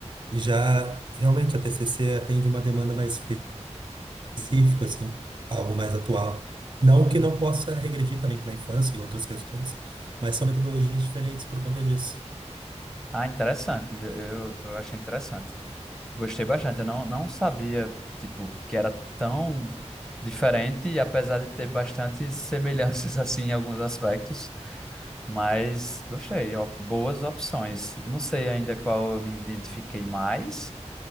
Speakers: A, on the right; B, in the centre.
A: E já realmente a TCC atende uma demanda mais específico, assim, algo mais atual. Não que não possa regredir também para a infância e outras questões, mas são metodologias diferentes por conta disso.
B: Ah, interessante. Eu, eu eu achei interessante. Gostei bastante. Eu não, não sabia, tipo, que era tão diferente, e apesar de ter bastante semelhanças, <laughs> assim, em alguns aspectos, mas gostei. ó, boas opções. Eu Não sei ainda qual eu me identifiquei mais,